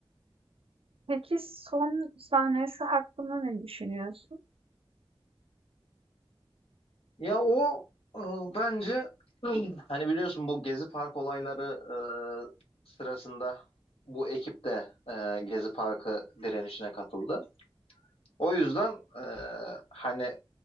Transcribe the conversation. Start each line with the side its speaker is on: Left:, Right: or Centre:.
Right: Peki son sahnesi hakkında ne düşünüyorsun?
Left: Ya o e, bence Hani biliyorsun bu Gezi Park olayları e, sırasında bu ekip de e, Gezi Parkı direnişine katıldı. O yüzden e, hani